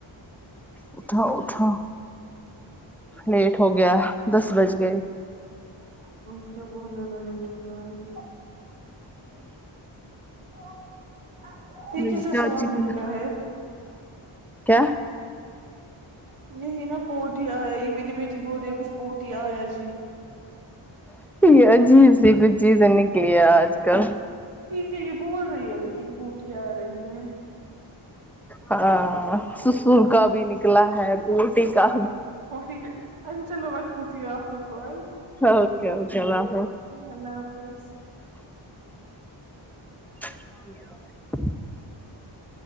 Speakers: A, in the centre; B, on the right.
A: اٹھا اٹا لیٹ ہو گیا دس بج گئے
B: گچب ہو بی کل تھ گس ہے یہ
A: م
B: کیسا
A: جاچ
B: سونگ
A: پ
B: نکلا ہے
A: کیا
B: یہی نا پورٹی آیا ہی میری بیٹی بہت کچھ پورٹی آیا جی
A: یہ عجیب سی کچھ چیزیں نکلی ہے آج کل
B: کہ یہ بول رہے ہیں لیکن پوٹیاں آ رہی ہیں
A: ہاں سسر کا بھی نکلا ہے کوٹی کا
B: ہا چلو بقم ہوتی ہے آپ کو کوئین
A: اوکے اوکے اللہ حافظ
B: اللہ حافظ
A: ج